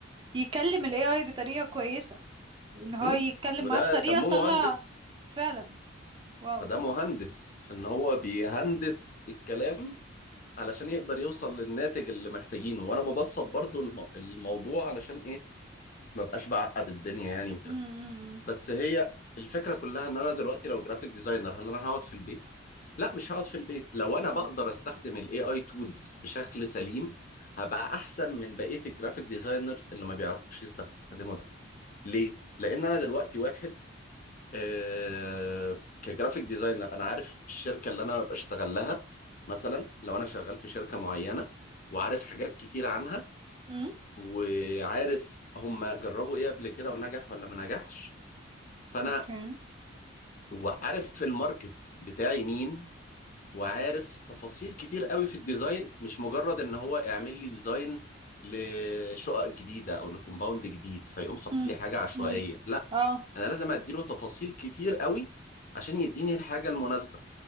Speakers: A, on the right; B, on the left.
A: يكلم ال AI بطريقة كويسة ان هو
B: م?
A: يتكلم
B: وده
A: معاه بطريقة
B: سموه
A: تطلع
B: مهندس
A: فعلا واو
B: فده مهندس في ان هو بيهندس الكلام علشان يقدر يوصل للناتج اللي محتاجينه وانا ببسط برضو الم- الموضوع علشان ايه ما بقاش بعقد الدنيا يعني وكده
A: امم
B: بس هي الفكرة كلها ان انا دلوقتي لو جرافيك ديزاينر هل انا هقعد في البيت لا مش هقعد في البيت لو انا
A: امم
B: بقدر استخدم الاي اي تولز بشكل سليم هبقى احسن من بقية الجرافيك ديزاينرز اللي ما بيعرفوش يستخدموا ده ليه لان انا دلوقتي واحد آه، كجرافيك ديزاينر انا عارف الشركه اللي انا ببقى اشتغل لها مثلا لو انا شغال في شركه معينه وعارف حاجات كتير عنها
A: امم
B: وعارف هم جربوا ايه قبل كده ونجح ولا ما نجحش فانا
A: اوكي
B: وعارف الماركت بتاعي مين وعارف تفاصيل كتير قوي في الديزاين مش مجرد ان هو اعمل لي ديزاين لشقق جديده او لكومباوند جديد فيقوم حاطط
A: امم
B: لي حاجه عشوائيه
A: امم
B: لا
A: اه
B: انا لازم اديله تفاصيل كتير قوي عشان يديني الحاجه المناسبه